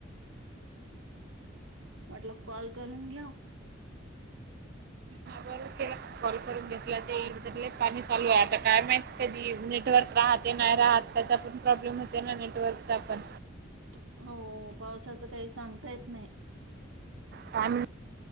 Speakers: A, on the right; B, on the right.
A: म्हटलं कॉल करून घ्याव. अह <unintelligible>
B: बरं केला कॉल करून घेतला ते सगळे पाणी चालू आहे. आता काय माहित कधी नेटवर्क राहत नाही राहात त्याचा पण, प्रॉब्लेम होते ना. नेटवर्कचा पण,
A: हो. पावसाचं काही सांगता येत नाही.
B: काय माहित?